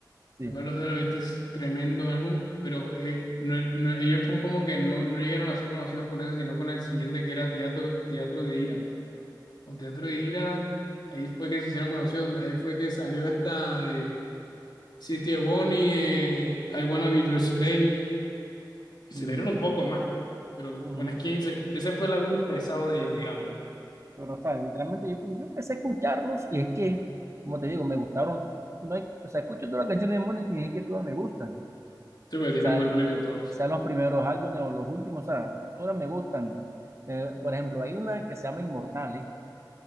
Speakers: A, on the right (about 40°); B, on the left (about 70°).
A: sí,
B: El Valor de los Beatles es tremendo álbum, pero eh, no, no- ellos no como que no, no llegaron a ser conocidos con ese, sino con el siguiente que era Teatro, Teatro de Ira. O Teatro de Ira, ahí fue que se hicieron conocidos, ahí fue que salió esta de City of Bonnie, eh, I Wanna Be Your Slave, y se
A: y,
B: dieron un poco
A: sí.
B: más, pero
A: ujú.
B: con Skins, eh, ese fue el álbum pesado de ellos, digamos.
A: Pero, o sea, literalmente yo, yo empecé a escucharlos y es que, como te digo, me gustaron. No hay, o sea, escucho todas las canciones de Mones y es que todas me gustan. O
B: Sí, porque tienen
A: sea,
B: buen
A: el-
B: ritmo todos.
A: sean los primeros álbumes o los últimos, o sea, todas me gustan. Eh, por ejemplo, hay una que se llama Inmortales.